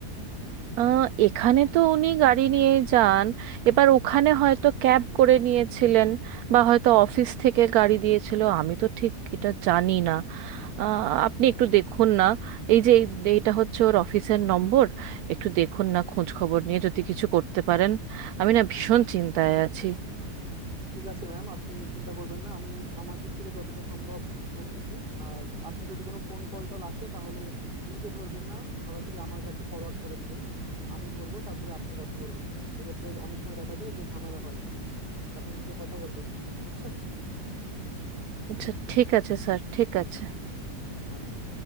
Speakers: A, on the right; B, on the right.
A: আহ, এখানে তো উনি গাড়ি নিয়ে যান এবার ওখানে হয়তো ক্যাব করে নিয়েছিলেন বা হয়তো অফিস থেকে গাড়ি দিয়েছিল আমি তো ঠিক এটা জানি না আহ, আপনি একটু দেখুন না এই যে এই- এইটা হচ্ছে ওর অফিসের নম্বর একটু দেখুন না খোঁজ খবর নিয়ে যদি কিছু করতে পারেন আমি না ভীষণ চিন্তায় আছি
B: ঠিক আছে ম্যাম আপনি চিন্তা করবেন না আমি আমার দিক থেকে যতটা সম্ভব করতেছি আর আপনি যদি কোনো ফোন কল টল আসে তাহলে নিজে ধরবেন না সরাসরি আমার কাছে ফরওয়ার্ড করে দিবেন আমি ধরবো তারপরে আপনি কথা ধরবেন এক্ষেত্রে অনেক সময় দেখা যায় যে ঝামেলা হয় একটু আপনি নিজে কথা বলবেন না বুঝছেন
A: আচ্ছা ঠিক আছে স্যার ঠিক আছে
B: আচ্ছা